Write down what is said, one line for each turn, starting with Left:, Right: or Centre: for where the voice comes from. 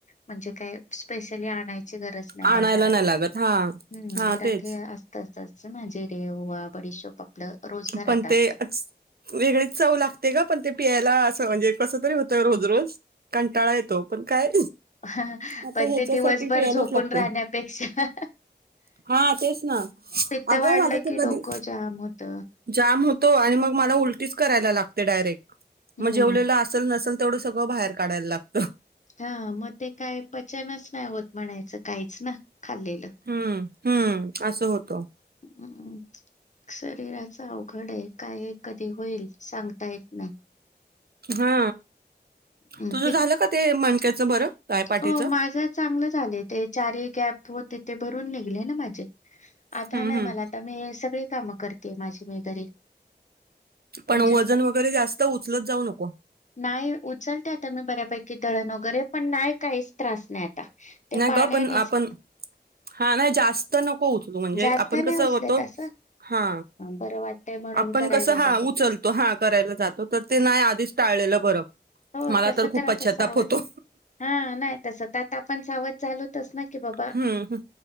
Left: म्हणजे काय? स्पेशली आणायची गरज नाही
Right: आणायला
Left: बाजारातून
Right: नाही लागत हा
Left: हम्म
Right: हा
Left: घरात
Right: तेच
Left: हे असतच. कच्चं जिऱे ओवा, बडीशोप आपलं रोज घरात
Right: पण ते
Left: असतं
Right: वेगळीच चव लागते का पण ते पियला असं म्हणजे कस तरी होतं रोज रोज कंटाळा येतो पण काय.
Left: ह
Right: आता
Left: पण
Right: ह्याच्यासाठी
Left: ते दिवसभर
Right: प्यायलाच
Left: झोपून
Right: लागते
Left: राहण्यापेक्षा
Right: हा तेच ना
Left: पित्त
Right: अगं
Left: वाढलं
Right: माझं तर
Left: की
Right: कधी
Left: डोकं जाम होत.
Right: जाम होतो आणि मग मला उलटीच करायला लागते डायरेक्ट
Left: हम्म
Right: मग जेवलेल असल नसेल तेवढं सगळ बाहेर काढायला लागत.
Left: हा मग ते काय पचनच नाही होत म्हणायचं काहीच ना. खाल्लेलं
Right: हम्म हम्म असं होतं
Left: हम् शरीराच अवघड आहे. काय कधी होईल सांगता येत नाही.
Right: हा
Left: हम्म,
Right: तुझं
Left: पित्त
Right: झालं का ते मणक्याचं बरं? काय पाठीचं
Left: हो माझं चांगलं झालं ते चारी गॅप होते ते भरून निघले ना माझे. आता
Right: हम्म
Left: नाही
Right: हम्म
Left: मला आता मी सगळी कामं करते माझी मी घरी.
Right: पण
Left: म्हणजे
Right: वजन वगैरे जास्त उचलत जाऊ नको.
Left: नाही उचलते आता मी बऱ्यापैकी दळण वगैरे पण नाही काहीच त्रास नाही आता. ते
Right: नाही
Left: पाण्यानेच
Right: ग पण आपण हा नाही जास्त नको. नको उचलू म्हणजे
Left: जास्त
Right: आपण
Left: नाही
Right: कस होतो
Left: उचलत असं
Right: हा.
Left: बरं वाटतय म्हणून
Right: आपण
Left: करायला
Right: कस हा
Left: जातो.
Right: उचलतो हा करायला जातो तर ते नाही आधीच टाळलेलं बर
Left: हो
Right: मला
Left: तस
Right: तर खूप
Left: आता
Right: पश्चाताप
Left: सावध
Right: होतो.
Left: हा नाही तसं तर आता आपण सावध झालोतच ना की बाबा
Right: हम्म.